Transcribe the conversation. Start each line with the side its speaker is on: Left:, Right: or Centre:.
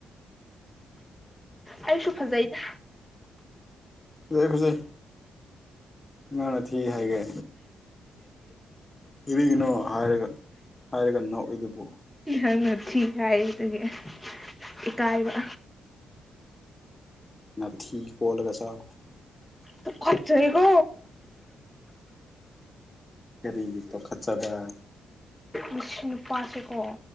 Centre: ꯑꯩꯁꯨ ꯐꯖꯩꯗ
Left: ꯐꯖꯩ ꯐꯖꯩ ꯀꯅꯥꯅ ꯊꯤ ꯍꯥꯏꯒꯦ ꯀꯔꯤꯒꯅꯣ ꯍꯥꯏꯔꯒ ꯍꯥꯏꯔꯒ ꯅꯣꯛꯏꯗꯨꯕꯨ
Centre: ꯅꯪꯅ ꯊꯤ ꯍꯥꯏꯕꯗꯨꯒꯤ ꯏꯀꯥꯏꯕ
Left: ꯅꯊꯤ ꯀꯣꯠꯂꯒ ꯆꯥꯎ
Centre: ꯇꯨꯀꯠꯆꯩꯀꯣ
Left: ꯀꯔꯤꯒꯤ ꯇꯨꯀꯠꯆꯕ
Centre: ꯃꯁꯤ ꯅꯨꯄꯥꯁꯦꯀꯣ